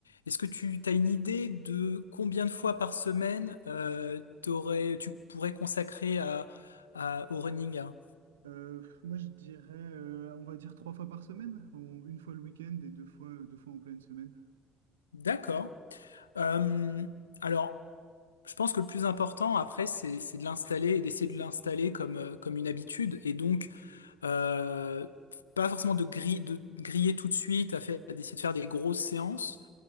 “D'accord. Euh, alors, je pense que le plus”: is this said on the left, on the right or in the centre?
Left